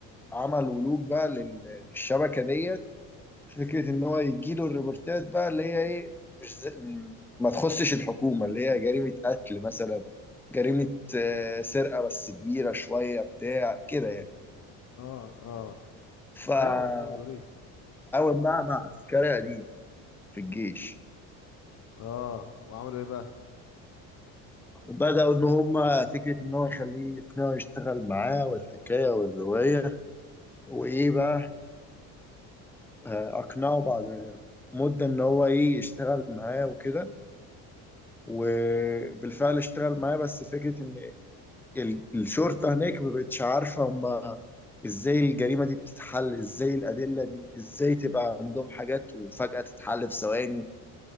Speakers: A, in the centre; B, on the left.
A: عمل ولوج بقى لل- للشبكه دي
B: مم.
A: فكره
B: مم.
A: ان هو يجيله الريبورتات بقى اللي هي ايه مش زي ما تخصش الحكومه اللي هي جريمه قتل مثلا جريمه آه، سرقه بس كبيره شويه بتاع كده يعني
B: اه اه
A: فالتعاون
B: حلو والله ظريف
A: بقى مع عسكري قديم في الجيش
B: اه وعملوا ايه بقى
A: بدأوا إن هما فكرة إن هو يخليه يقنعه يشتغل معاه والحكاية والرواية وإيه بقى آه، أقنعه بعد مدة إن هو إيه يشتغل معاه وكده وبالفعل اشتغل معاه بس فكرة ال- الشرطة هناك ما بقتش عارفة هما ازاي الجريمة دي بتتحل ازاي الأدلة دي ازاي تبقى عندهم حاجات وفجأة تتحل في ثواني